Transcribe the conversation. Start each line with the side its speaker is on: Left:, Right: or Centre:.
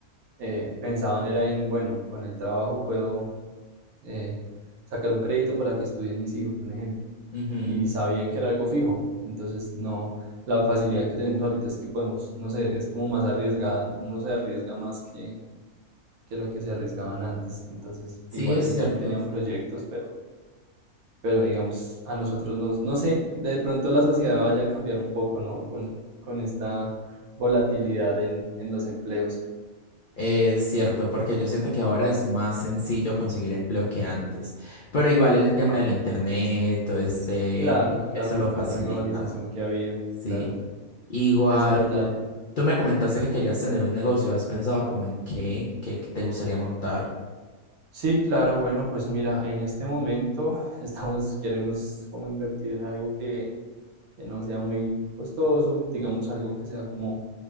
Right: eh, pensaban era en, bueno, con el trabajo puedo eh, sacar un crédito para que estudien mis hijos, un ejemplo.
Left: Ujú,
Right: y sabían que era algo fijo. Entonces, no, la facilidad que tenemos ahorita es que podemos, no sé, es como más arriesgada, uno se arriesga más que, que lo que se arriesgaban antes. Entonces,
Left: Sí,
Right: igual
Left: es
Right: ellos
Left: cierto.
Right: también tenían proyectos, pero, pero digamos, a nosotros nos, no sé, de pronto la sociedad vaya a cambiar un poco, ¿no? Con, con esta volatilidad en, en los empleos.
Left: Es cierto, porque yo siento que ahora es más sencillo conseguir empleo que antes, pero igual el tema del internet, todo este
Right: Claro, claro,
Left: eso lo facilita,
Right: toda la globalización que ha habido,
Left: sí.
Right: claro,
Left: Igual,
Right: es verdad.
Left: tú me comentaste que querías tener un negocio, ¿has pensado como en qué, qué te gustaría montar?
Right: Sí, claro, bueno, pues mira, en este momento <laughs> estamos, queremos como invertir en algo que, que no sea muy costoso, digamos
Left: Mm,
Right: algo que sea como